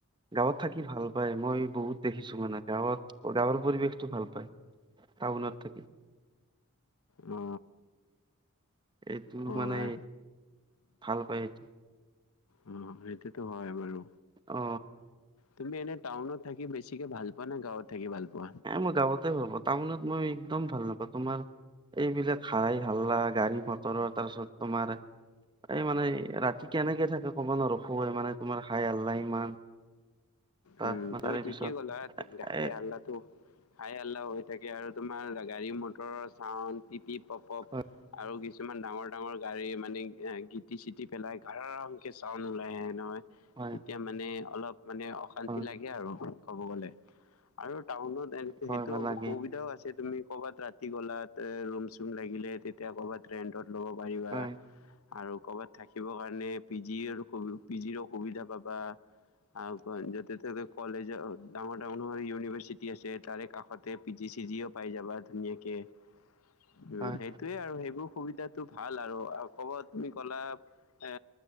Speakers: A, on the right; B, on the left.
A: গাঁৱত থাকি ভাল পাই, মই বহুত দেখিছো মানে গাঁৱত গাঁৱৰ পৰিৱেশটো ভাল পায়। টাউনত থাকি।
B: অ।
A: এইটো
B: হয়
A: মানে ভাল পায় এইটো
B: অ সেইটোটো হয় বাৰু।
A: অ
B: তুমি এনে টাউনত থাকি বেছিকে ভাল পোৱা নে গাঁৱত থাকি ভাল পোৱা?
A: এ মই গাঁৱতে ভাল পাও। টাউনত মই একদম ভাল নাপাওঁ তোমাৰ এইবিলাক হাই হাল্লা, গাড়ী মটৰৰ তাৰপিছত তোমাৰ এই মানে ৰাতি কেনেকে থাকে কব নোৱাৰো, হয় মানে তোমাৰ খাই হাল্লাহ ইমান। তাত
B: উম তুমি
A: তাৰে
B: ঠিকেই
A: পিছত
B: গ'লা গাহে
A: এ
B: হাল্লাটো হাই হাল্লা হৈ থাকে আৰু তোমাৰ গাড়ী মটৰৰ ছাউণ্ড পিপ পিপ পপ পপ।
A: হয়
B: আৰু কিছুমান ডাঙৰ ডাঙৰ গাড়ী মানে গিটি চিটি পেলাই ঘাৰংকে ছাউণ্ড ওলাই আহে নহয়,
A: হয়
B: তেতিয়া মানে অলপ মানে অশান্তি
A: হয়
B: লাগে আৰু। ক'ব গ'লে আৰু টাউনত এ সেইটো
A: হয় ভাল লাগে
B: সুবিধাও আছে তুমি কবাত ৰাতি গলাত ৰুম চুম লাগিলে তেতিয়া কৰবাত ৰেণ্টত ল'ব পাৰিবা।
A: হয়,
B: আৰু কৰবাত থাকিব কাৰণে পি জিৰ পি জিৰো সুবিধা পাবা। আৰু যতে -ততে কলেজ ডাঙৰ ডাঙৰৰ ইউনিভাৰ্চিটি আছে, তাৰে কাষতে পি জি চি জিও পাই যাবা ধুনীয়াকে। উম
A: হয়,
B: সেইটোয়ে আৰু সেইবোৰ সুবিধাটো ভাল আৰু ক'ব তুমি কলা এ